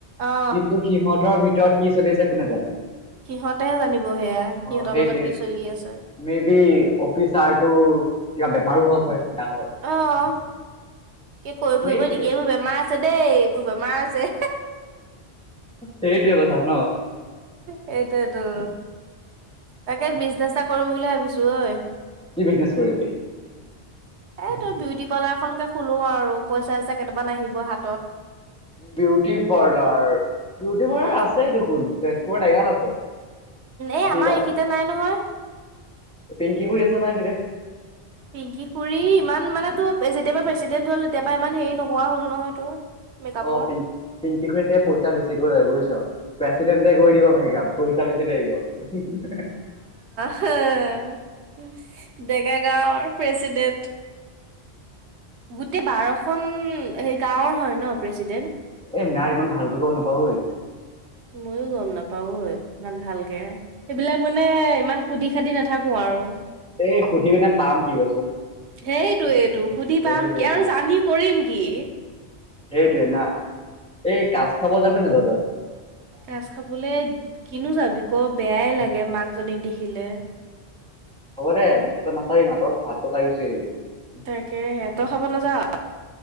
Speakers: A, on the right; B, in the centre.
A: অ
B: কিন্তু সিহঁতৰ ভিতৰত কি চলি আছে কোনে জানে।
A: সিহঁতেহে জানিব সেয়া সিহঁতৰ
B: অ সেইটোৱে
A: মাজত কি চলি আছে।
B: মে বি অফিচাৰতো কিবা বেমাৰো হ'ব পাৰে ডাঙৰ।
A: অ', কি কৈ
B: সেইটোৱে
A: ফুৰিব নেকি এইবোৰ বেমাৰ আছে দেই এইবোৰ বেমাৰ আছে।
B: সেইটোৱে কথা ন।
A: সেইটোৱেটো। তাকে বিজনেছ এটা কৰিম বুলি ভাবিছো ঐ।
B: কি বিজনেছ কৰিবি?
A: এই তই বিউটি পাৰ্লাৰ এখনকে খোলো আৰু পইচা চইচা কেইটামান আহিব হাতত।
B: বিউটি পাৰ্লাৰ বিউটি
A: উম
B: পাৰ্লাৰ আছেই দেখোন তেজপুৰত এগাল আছে।
A: এ
B: তোৰ
A: আমাৰ এইখিতে নাই নহয়।
B: এই পিংকি খুৰি আছে নহয় সেইখিনিতে।
A: পিংকি খুুৰী ইমান মানে তোৰ যেতিয় পৰা প্ৰেচিডেণ্ট হ'ল তেতিয়াৰ ইমান হেৰি নহোৱা হ'ল নহয় তোৰ। মেকআপৰ
B: অ', পিং পিংকি খুৰীয়ে চাগে পইচা বেছিকৈ লয় বুজিছ। প্ৰেচিডেণ্টে কৰি দিব মেকআপ পইচা বেছি লাগিব।
A: ডেকাগাঁওৰ প্ৰেচিডেণ্ট। গোটেই বাৰখন সেই গাঁৱৰ হয় ন প্ৰেচিডেণ্ট?
B: এ নাই ইমান ভালকৈ গম নাপাওঁ ঐ।
A: মইও গম নাপাওঁ ঐ ইমান ভালকে সেইবিলাক মানে ইমান সুধি খাধি নাথাকো আৰু।
B: এই সুধি পিনে পাম কি কচোন।
A: সেইটোৱেটো সুধি
B: সেইটোৱে
A: পাম কি আৰু
B: না
A: জানি কৰিম কি।
B: সেইটোৱে না এই কাজ খাব যাবি নাযায় তই।
A: কাজ খাবলৈ কিনো যাবি ক বেয়াই লাগে মাক জনীক দেখিলে।
B: হ'ব দে তই নাচাবি মাকক ভাতটো খাই গুচি আহিবি।
A: তাকেহে তই খাব নাযাৱ?